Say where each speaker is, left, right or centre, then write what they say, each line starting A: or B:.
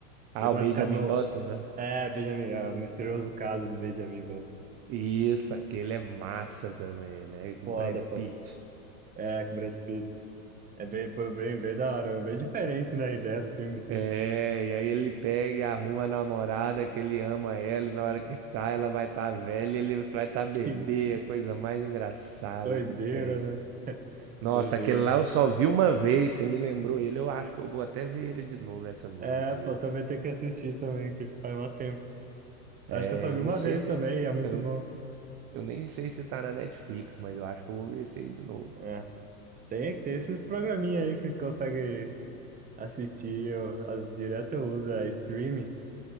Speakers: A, on the right (about 35°); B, on the right (about 20°).
A: Ah,
B: Ele começa
A: o Benjamin
B: a ficar novo.
A: Button, né?
B: É, Benjamin, é o misterioso caso de Benjamin, velho.
A: Isso, aquele é massa também, né? O
B: Foda,
A: Brad
B: pô.
A: Pitt.
B: É, com Brad Pitt. É bem, foi bem, bem da hora, bem diferente, né, a ideia do filme, sim.
A: É, e aí ele pega e arruma a namorada que ele ama ela, e na hora que tá, ela vai estar tá velha, ele vai estar
B: <laughs>
A: tá bebê,
B: Sim,
A: é a coisa mais engraçada
B: doideira,
A: que tem.
B: né?
A: Nossa,
B: Doideira.
A: aquele lá eu só vi uma vez, você me lembrou ele, eu acho que eu vou até ver ele de novo essa noite,
B: É,
A: viu?
B: pô, também tem que assistir também, que faz mó tempo.
A: É,
B: Acho que eu só vi
A: eu não
B: uma
A: sei
B: vez
A: se.
B: também, e é muito
A: Eu,
B: bom.
A: eu nem sei se tá na Netflix, mas eu acho que eu vou ver esse aí de novo.
B: é Tem, tem esses programinha aí que consegue assistir, eu, as, direto eu uso, é streaming,